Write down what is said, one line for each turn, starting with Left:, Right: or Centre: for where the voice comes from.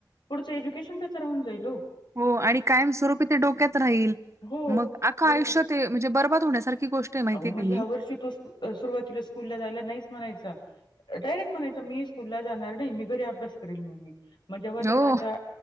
Left: पुढचं एज्युकेशन त्याच राहून जाईल हो.
Right: हो आणि कायम स्वरूपी ते डोक्यात राहील
Left: हो
Right: मग आख
Left: बरोबर
Right: आयुष्या
Left: आहे.
Right: ते. म्हणजे बरबद होण्यासारी गोष्ट. आहे माहिती
Left: अहो
Right: आहे
Left: मग
Right: का
Left: ह्या
Right: ही?
Left: वर्षी तो सुरुवातीला स्कूलला जायला नाहीच म्हणायचा डायरेक्ट म्हणायचा मी. स्कूल ला जाणार नाही मी घरी अभ्यास करे मम्मी मग जेव्हा त्याला
Right: हो.
Left: आता